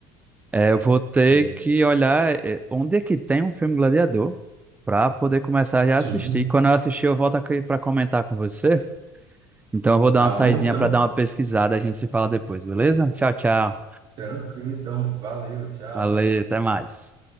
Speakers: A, on the right; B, on the right.
A: É, eu vou ter
B: É.
A: que olhar é, onde é que tem um filme Gladiador para poder começar já
B: Sim.
A: a assistir. Quando eu assistir, eu volto aqui para comentar com você. Então eu vou dar
B: Tá
A: uma saidinha
B: bom, então.
A: para dar uma pesquisada. A gente se fala depois, beleza? Tchau, tchau.
B: Tranquilo, então. Valeu, tchau.
A: Valeu, até mais.